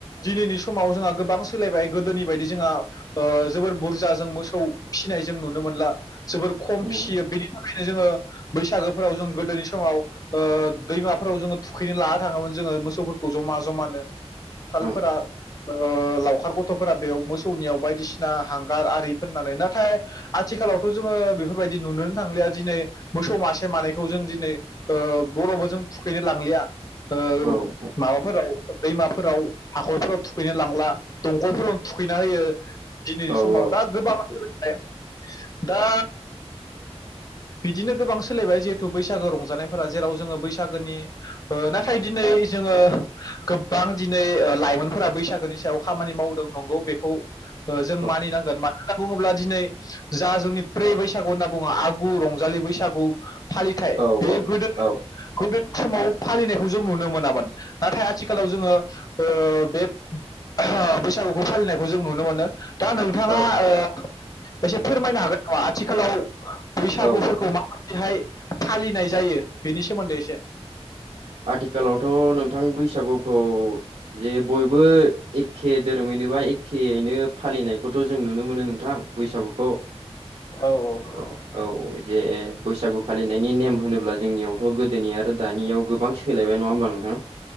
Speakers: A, on the left (about 35°); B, on the right (about 70°).
A: दिनैनि समाव जोङा गो बां सोलायबाय गोदोनि बायदि जोंहा ओ जोबोर बुरजा जों मोसौ फिसिनाय जों नुनो मोनला जोबोर खम
B: उम औ
A: फियो बेनि थाखायनो जोङो बैसागोफोराव जों गोदोनि समाव ओ दैमाफोराव जोङो थुखैनो लाना थाङोमोन जोङो मोसौफोर खौ जमा जमानो फालफोरा
B: उम
A: ओ लावखार गथ'फोरा बेयाव मोसौनियाव बायदिसिना हांगार आरि फोननानै नाथाय आथिखालावथ' जोङो बेफोरबायदि नुनोनो थांलिया दिनै मोसौ मासे मानैखौ जों दिनै ओ बरावबो जों थुखैनो लांलिया ओ
B: औ औ
A: माबाफोराव दैमाफोराव हाखरफोराव थुखैनो लांला। दंखलफोरावनो थुखैना होयो दिनैनि
B: औ
A: समाव दा
B: औ
A: गोबां <unintelligible> दा बिदिनो गोबां सोलायबाय जिहेथु बैसागो रंजानायफोरा जेराव जोङो बैसागोनि ओ नाथाय दिनै जोङो गोबां दिनै लाइमोनफोरा बैसागोनि सायाव खामानि मावदों नंगौ बेखौ ओ
B: औ
A: जों मानिनांगोन मानो होनना बुङोब्ला दिनै जा जोंनि प्रि बैसागु होनना बुङो आगु रंजालि बैसागु फालिथाइ
B: औ
A: बे गोदो
B: औ
A: गोदो समाव फालिनायखौ जों नुनो मोनामोन नाथाय आथिखालाव जोङो ओ बे ओहो बैसागुखौ फालिनायखौ जों नुनो मोनो। दा नोंथाङा
B: औ
A: ओ एसे फोरमायनो हागोन नामा आथिखालाव बैसागुफोरखौ
B: औ औ
A: माबायदिहाय फालिनाय जायो बेनि सोमोन्दै एसे
B: आथिखालावथ' नोंथां बैसागुखौ जे बयबो एखे दोरोमैनोबा एखेयैनो फालिनायखौथ' जों नुनो मोनो नोंथां बैसागुखौ
A: औ औ
B: औ औ जे बैसागु फालिनायनि नेम होनोब्ला जोंनियावथ' गोदोनिया आरो दानियाव गोबां सोलायबाय नङा ओनबा नोंथां